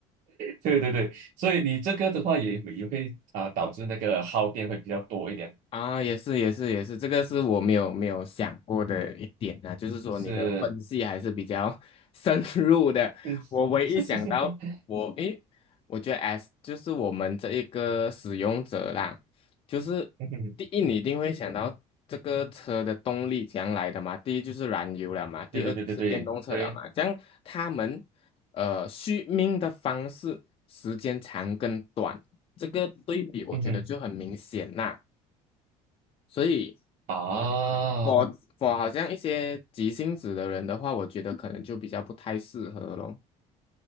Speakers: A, on the right (about 65°); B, on the left (about 40°).
A: 对对对，所以你这个的话也也会啊、导致那个耗电会比较多一点。
B: 啊，也是也是也是，这个是我没有没有想过的一点啊，就是说你的分析还是比较
A: 是，
B: <laughs> 深入的。
A: 嗯，
B: 我唯一想到我诶，
A: <laughs>
B: 我觉得 S 就是我们这一个使用者啦，就是第一你一定会想到这个车的动力将来的嘛，
A: 嗯哼
B: 第一就是燃油了嘛，第二就是电动车了嘛，
A: 对对对对对对，
B: 这样他们呃续命的方式时间长跟短，这个对比我觉得就很明显啦。
A: 嗯哼
B: 所以
A: 啊。
B: 嗯，我我好像一些急性子的人的话，我觉得可能就比较不太适合咯。